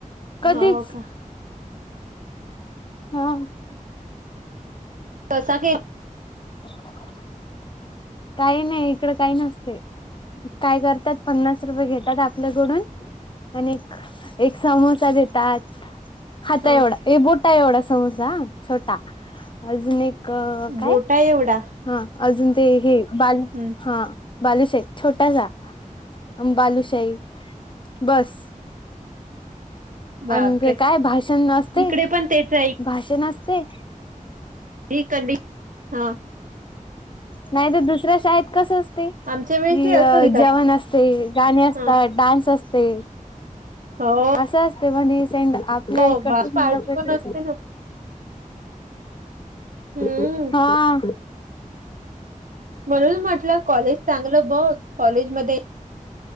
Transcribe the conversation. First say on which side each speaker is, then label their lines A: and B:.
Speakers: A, on the left; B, on the right.
A: कधीच
B: हो का
A: हा
B: कसा गे
A: <unintelligible> काही नाही इकड काही नसतय. काय करतात, पन्नास रुपये घेतात आपल्याकडून. आणि एक समोसा देतात. हात
B: हा
A: एवढा ये बोटा एवढा समोसा आ छोटा, अजून एक क काय?
B: बोटा एवढा
A: हा अजून ते हे बाल,
B: हं,
A: हा. बालुशाही छोटासा, बालुशाही, बस.
B: बापरे
A: आणि ते काय भाषण असतय,
B: इकडे पण तेच
A: भाषण असतय.
B: <unintelligible> कधी, हा.
A: नाही ते दुसऱ्या शाळेत कसं ते,
B: आमच्या वेळेस
A: कि
B: ही असं देतात
A: जेवण असते, गाणे असतात,
B: हा
A: डान्स असते.
B: हो
A: असं असते म्हण सेड आपल्या
B: हो
A: इकडचे
B: बा
A: सेंड
B: पार्टी
A: ऑफ
B: पण असते ना हम्म
A: <unintelligible> हा.
B: म्हणून म्हटलं कॉलेज चांगलं बघ, कॉलेज मध्ये